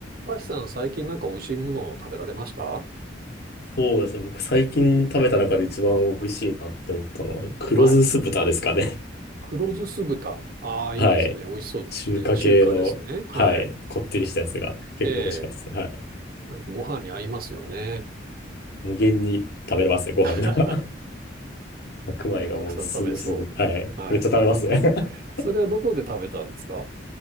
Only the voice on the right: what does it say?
マキさん、最近なんか美味しいものを食べられました
はい。黒酢酢豚。ああ、
いいですね。
美味しそうですね。
中華ですね。はい。
ええ、
なんかご飯に合いますよね。
<laughs>
すごいたくさん食べそう。
はい。
それはどこで食べたんですか